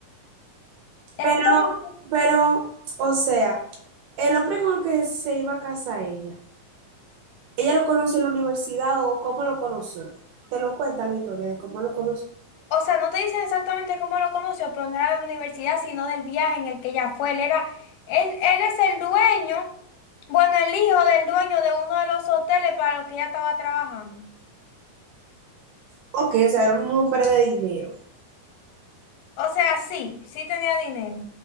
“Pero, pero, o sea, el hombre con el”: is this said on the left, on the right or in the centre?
Right